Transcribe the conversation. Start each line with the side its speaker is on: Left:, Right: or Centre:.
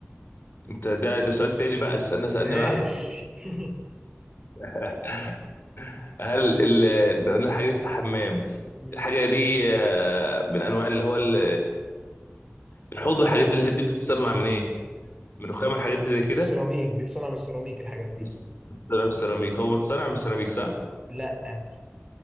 Left: انت ده ده سؤال تاني بقى استنى سألني
Right: ماشي
Left: بعده
Right: <laughs>
Left: <laughs> هل ال- اللي قلنا الحاجه دي في الحمام
Right: مم.
Left: الحاجه دي آه، من انواع اللي هو ال- الحوض والحاجات دي الحاجات دي بتتصنع من ايه من رخام
Right: ال-
Left: الحاجات دي زي كده
Right: من السيراميك بيتصنع من السيراميك الحاجات دي
Left: بس- بتتصنع من السيراميك هو متصنع من السيراميك صح
Right: لا